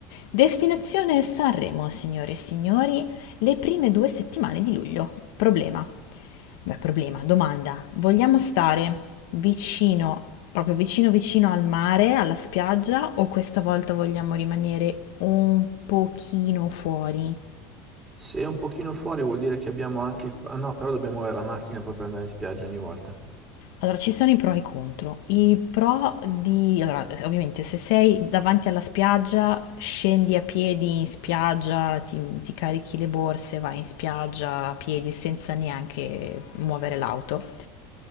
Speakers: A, on the left; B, on the right.
A: destinazione Sanremo, signore e signori, le prime due settimane di luglio. Problema. Beh, problema, domanda. Vogliamo stare vicino, proprio vicino vicino al mare, alla spiaggia, o questa volta vogliamo rimanere un pochino fuori?
B: Se è un pochino fuori vuol dire che abbiamo anche il... Ah no, però dobbiamo avere la macchina poi per andare in spiaggia ogni volta.
A: Allora, ci sono i pro e i contro. I pro di... Allora, ovviamente se sei davanti alla spiaggia, scendi a piedi in spiaggia, ti, ti carichi le borse, vai in spiaggia a piedi senza neanche muovere l'auto.